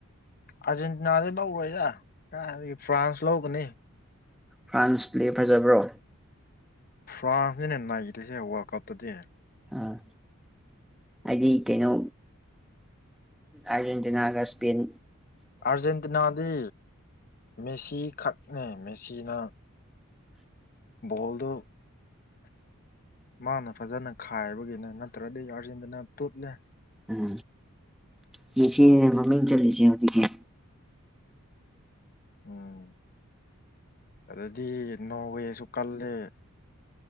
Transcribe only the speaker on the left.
ꯑꯥꯔꯖꯦꯟꯇꯤꯅꯥꯗꯤ ꯂꯧꯔꯣꯏꯖꯥ ꯀꯗꯒꯤ ꯐ꯭ꯔꯥꯟꯁ ꯂꯧꯒꯅꯤ
ꯐ꯭ꯔꯥꯟꯁꯅꯤꯅꯦ ꯅꯥꯔꯤꯁꯦ ꯋꯥꯔꯜ ꯀꯞꯇꯗꯤ
ꯑꯥꯔꯖꯦꯟꯇꯤꯅꯥꯗꯤ ꯃꯦꯁꯤꯈꯛꯅꯦ ꯃꯦꯁꯤꯅ ꯣꯗꯣ ꯃꯥꯅ ꯐꯖꯅ ꯈꯥꯏꯕꯒꯤꯅꯦ ꯅꯠꯇ꯭ꯔꯗꯤ ꯑꯥꯔꯖꯦꯟꯇꯤꯅꯥ ꯇꯨꯠꯂꯦ
ꯎꯝ ꯑꯗꯨꯗꯗꯤ ꯅꯣ ꯋꯦꯁꯨ ꯀꯜꯂꯦ